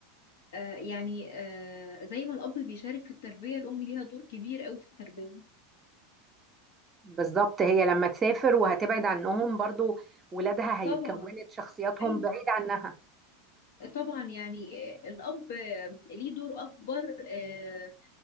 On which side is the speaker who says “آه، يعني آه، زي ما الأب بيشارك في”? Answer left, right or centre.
Left